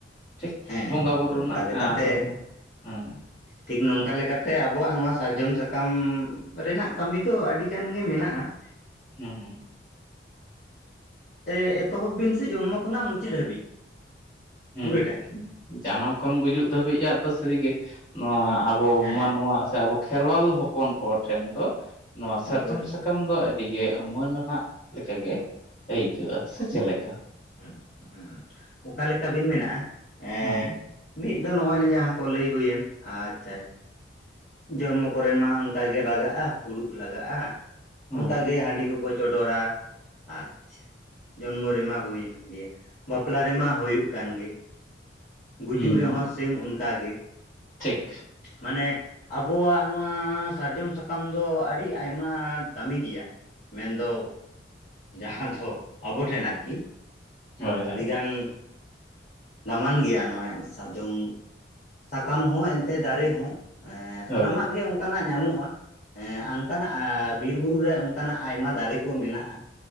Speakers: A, on the left (about 20°); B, on the left (about 40°).
A: ᱴᱷᱤᱠ
B: ᱦᱮᱸ
A: ᱵᱚᱸᱜᱟ ᱵᱩᱨᱩ
B: ᱱᱚᱝᱠᱟ
A: ᱨᱮᱱᱟᱜ
B: ᱞᱮᱠᱟᱛᱮ
A: ᱟᱫᱚ ᱦᱮᱸ ᱦᱮᱸ
B: ᱴᱷᱤᱠ ᱱᱚᱝᱠᱟ ᱞᱮᱠᱟᱛᱮ ᱟᱵᱚᱣᱟᱜ ᱱᱚᱣᱟ ᱥᱟᱨᱡᱚᱢ ᱥᱟᱠᱟᱢ ᱨᱮᱱᱟᱜ ᱠᱟᱢᱤ ᱫᱚ ᱟᱹᱰᱤᱜᱟᱱ ᱜᱮ ᱢᱮᱱᱟᱜᱼᱟ ᱾
A: ᱦᱩᱸ ᱦᱩᱸ
B: ᱛᱮ ᱮᱛᱚᱦᱚᱵ ᱵᱤᱱ ᱥᱮ ᱡᱚᱱᱢᱚ ᱠᱷᱚᱱᱟᱜ ᱢᱩᱪᱟᱹᱫ ᱦᱟᱹᱵᱤᱡ
A: ᱦᱮᱸ
B: ᱯᱩᱨᱟᱹᱴᱟ ᱜᱮ
A: ᱡᱟᱱᱟᱢ ᱠᱷᱚᱱ ᱜᱩᱡᱩᱜ ᱫᱷᱟᱹᱵᱤᱡᱟᱜ ᱫᱚ ᱥᱟᱹᱨᱤᱜᱮ ᱱᱚᱣᱟ ᱟ ᱵᱚ
B: ᱦᱮᱸ
A: ᱢᱟᱱᱣᱟ ᱥᱮ ᱟᱵᱚ ᱠᱷᱮᱨᱣᱟᱞ ᱦᱚᱯᱚᱱ ᱠᱚ ᱴᱷᱮᱱ ᱫᱚ ᱱᱚᱣᱟ ᱥᱟᱨᱡᱚᱢ
B: ᱦᱳᱭ ᱦᱳᱭ
A: ᱥᱟᱠᱟᱢ ᱫᱚ ᱟᱹᱰᱤᱜᱮ ᱢᱟᱹᱱ ᱱᱟᱜ ᱞᱮᱠᱟᱜ ᱜᱮ ᱟᱹᱭᱠᱟᱹᱜᱼᱟ ᱥᱮ ᱪᱮᱫ ᱞᱮᱠᱟ?
B: ᱦᱮᱸ ᱦᱮᱸ ᱚᱠᱟᱞᱮᱠᱟ ᱵᱤᱱ ᱢᱮᱱᱟᱜᱼᱟ ᱮᱰ
A: ᱦᱮᱸ
B: ᱢᱤᱫ ᱫᱚ ᱱᱚᱜ-ᱚᱭ ᱡᱟᱦᱟᱸ ᱠᱚ ᱞᱟᱹᱭ ᱦᱩᱭᱮᱱ ᱟᱪᱪᱷᱟ ᱟᱪᱪᱷᱟ ᱡᱚᱱᱢᱚ ᱠᱚᱨᱮ ᱢᱟ ᱚᱱᱠᱟ ᱜᱮ ᱞᱟᱜᱟᱜᱼᱟ ᱯᱷᱩᱲᱩᱜ ᱞᱟᱜᱟᱼᱟ
A: ᱦᱮᱸ
B: ᱚᱱᱠᱟᱜᱮ ᱦᱟᱺᱰᱤ ᱠᱚᱠᱚ ᱪᱚᱰᱚᱨᱟ ᱟᱪᱪᱷᱟ ᱡᱚᱱᱢᱚ ᱨᱮᱢᱟ ᱦᱩᱭ ᱮᱱ ᱜᱮᱭᱟ ᱵᱟᱯᱞᱟ ᱨᱮᱢᱟ ᱦᱩᱭᱩᱜ ᱠᱟᱱ ᱜᱮ ᱜᱩᱡᱩᱜ
A: ᱦᱮᱸ
B: ᱨᱮᱦᱚᱸ ᱥᱮᱢ ᱚᱱᱠᱟ ᱜᱮ
A: ᱴᱷᱤᱠ
B: ᱢᱟᱱᱮ ᱟᱵᱚᱣᱟᱜ ᱱᱚᱣᱟ ᱥᱟᱨᱡᱚᱢ ᱥᱟᱠᱟᱢ ᱫᱚ ᱟᱰᱤ ᱟᱭᱢᱟ ᱫᱟᱢᱤ ᱜᱮᱭᱟ ᱢᱮᱱᱫᱚ ᱡᱟᱦᱟᱸ ᱫᱚ ᱟᱵᱚ ᱴᱷᱮᱱ ᱟᱨᱠᱤ
A: ᱦᱳᱭ ᱦᱳᱭ
B: ᱟᱰᱤ ᱜᱟᱱ ᱫᱟᱢᱟᱱ ᱜᱮᱭᱟ ᱱᱚᱣᱼᱚᱭ ᱥᱟᱨᱡᱚᱢ ᱥᱟᱠᱟᱢ ᱦᱚᱸ ᱮᱱᱛᱮᱜ ᱫᱟᱨᱮ ᱦᱚᱸ ᱥᱟᱱᱟᱢᱟᱜ
A: ᱦᱳᱭ
B: ᱜᱮ ᱚᱝ ᱚᱱᱠᱟᱱᱟᱜ ᱧᱟᱢᱚᱜᱼᱟ ᱮ ᱟᱝᱠᱟᱱᱟᱜ ᱟᱨ ᱵᱤᱨ ᱵᱩᱨᱩ ᱨᱮ ᱚᱱᱠᱟᱱᱟᱜ ᱟᱭᱢᱟ ᱫᱟᱨᱤ ᱠᱩ ᱢᱮᱱᱟᱜᱼᱟ